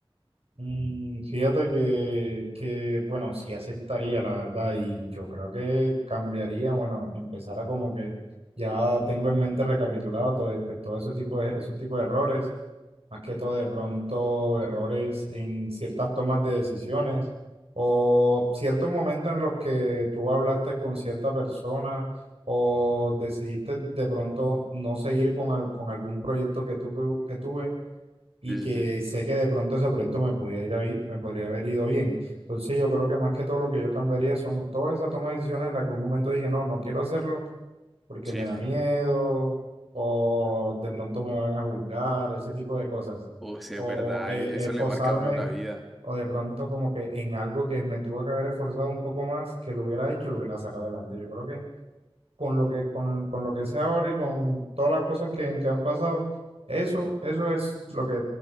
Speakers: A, on the right; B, in the centre.
A: Mm, Fíjate que, que, bueno, sí aceptaría, la verdad, y yo creo que cambiaría, bueno, empezara como que ya tengo en mente recapitulado todo, pues, todo ese tipo de, esos tipos de errores, más que todo de pronto errores en ciertas tomas de decisiones o ciertos momentos en los que tú hablaste con cierta persona o decidiste de pronto no seguir con, al- con algún proyecto que, tú, que tuve y
B: Sí,
A: que
B: sí, sí.
A: sé que de pronto ese proyecto me podía ir a bi- me podría haber ido bien. Entonces yo creo que más que todo lo que yo cambiaría son todas esas tomas de decisiones en las que un momento dije, no, no quiero hacerlo porque
B: Sí,
A: me da
B: sí.
A: miedo o de pronto me van a juzgar, ese tipo de cosas.
B: O sea,
A: O
B: es verdad,
A: eh,
B: e- eso
A: esforzarme
B: le marca a uno la vida.
A: o de pronto como que en algo que me tuvo que haber esforzado un poco más, que lo hubiera hecho, lo hubiera sacado adelante. Yo creo que con lo que, con, con lo que sé ahora y con todas las cosas que, en que han pasado, eso, eso es lo que